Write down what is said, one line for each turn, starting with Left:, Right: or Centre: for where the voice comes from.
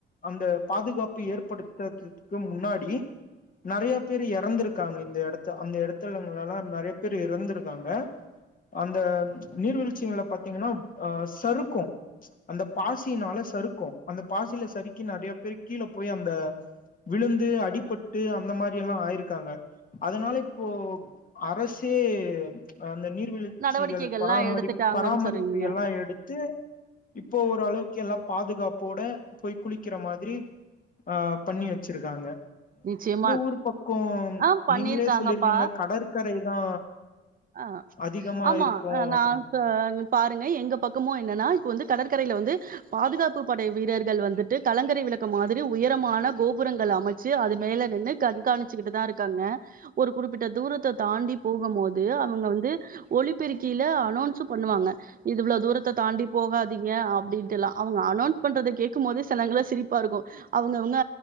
Left: அந்த பாதுகாப்பு ஏற்படுத் க்கு முன்னாடி நெறைய பேர் இறந்திருக்காங்க இந்த இடத்த அந்த இடத்துலங்களல்லாம் நெறைய பேர் இறந்திருக்காங்க அந்த நீர்வீழ்ச்சிகளை பாத்தீங்கன்னா அஹ் சறுக்கும் அந்த பாசினால சறுக்கும் அந்த பாசியில சறுக்கி நிறைய பேர் கீழே போய் அந்த விழுந்து அடிபட்டு அந்த மாதிரியி ல்லாம் ஆயிருக்காங்க அதனால இப்போ அரசே அந்த நீர் வீழ்ச்சிகள்
Right: நடவடிக்கைகள்லாம்
Left: பராமரி
Right: எடுத்துட்டாங்கன்னு
Left: பராமரிப்பு
Right: சொல்றீங்க
Left: எல்லாம் எடுத்து இப்போ ஓரளவுக்கு எல்லாம் பாதுகாப்போட போய் குளிக்கிற மாதிரி ஆஹ் பண்ணி வச்சிருக்காங்க
Right: நிச்சயமா
Left: ஊர் பக்கோ
Right: ஆஹ் பண்ணிருக்காங்கப்பா
Left: நீங்களே சொல்லிருக்கீங்க கடற்கரை தா
Right: ஆஹ்
Left: அதிகமா
Right: ஆமா
Left: இருக்கு
Right: ஆஹ் நான்
Left: அப்டின்
Right: செ பாருங்க எங்க பக்கமும் என்னன்னா இப்ப வந்து கடற்க கடல் கரையில் வந்து பாதுகாப்பு படை வீரர்கள் வந்துட்டு கலங்கரை விளக்க மாதிரி உயரமான கோபுரங்கள் அமைச் வைச்சு அது மேல நின்னு கண்காச்சி ட்டு தான் இருக்காங்க ஒரு குறிப்பிட்ட தூரத்தை தாண்டி போகும் போது அவங்க வந்து ஒளிபெருக்கிலா அலேன்ஸ் பண்ணுவாங்க இ்ளவு தூரத்தை தாண்டி போகாதிங்க அப்புடிட் அவுங் அனேன்ஸ் பன்றது கேக்கும் போது சிரிப்பா இரு அவங்கங்க